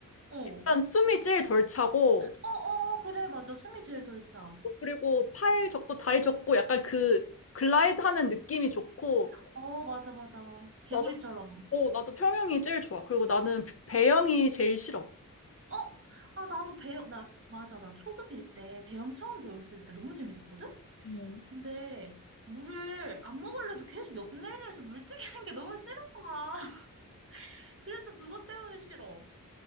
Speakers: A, on the right; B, on the left.
A: 어. 어,
B: 일단 숨이 제일 덜 차고,
A: 어, 어, 그래, 맞아. 숨이 제일 덜 차.
B: 그리고 팔 접고 다리 접고 약간 그 글라이드 하는 느낌이 좋고,
A: 어, 맞아, 맞아. 개구리처럼.
B: 나도, 어, 나도 평양이 제일 좋아. 그리고 나는 배영이 제일 싫어.
A: 어, 아, 나도 배영, 나, 맞아. 나 초급일 때, 배영 처음 배웠을 때 너무 재밌었거든?
B: 음.
A: 근데 물을 안 먹으려도 계속 옆내리에서 물 튀기는 게 너무 싫은 거야. <laughs> 그래서 그것 때문에 싫어.